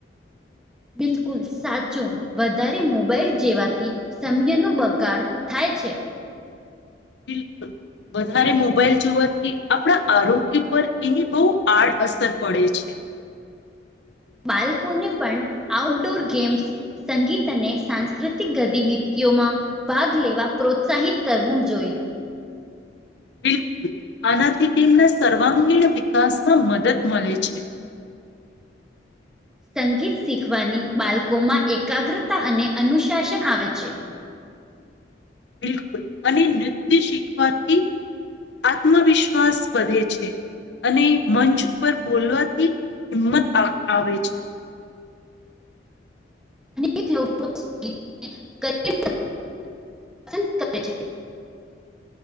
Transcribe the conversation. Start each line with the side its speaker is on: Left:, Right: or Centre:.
Centre: બિલકુલ સાચું વધારે મોબાઈલ જેવાથી. સમ્ય નું બગાડ થાય છે.
Left: બિલકુલ. વધારે મોબાઈલ જોવાથી આપણા આરોગ્ય પર એની બહુ આડઅસર પડે છે.
Centre: બાળકોને પણ આઉટડોર ગેમ્સ. સંગીત અને સાંસ્કૃતિક ગતિવિધિઓમાં. ભાગ લેવા પ્રોત્સાહિત કરવું જોઈ.
Left: બિલકુલ આનાથી ટીમના સર્વાંગીણ વિકાસમાં મદદ મળે છે.
Centre: સંગીત શીખવાની બાળકોમાં એકાગ્રતા અને અનુશાસન આવે છે.
Left: બિલકુલ અને નૃત્ય શીખવાથી આત્મવિશ્વાસ વધે છે. અને મંચ ઉપર બોલવાથી હિંમત આવે આવે છે.
Centre: અક લોકોીબ <inaudible> પસંદ કર છે.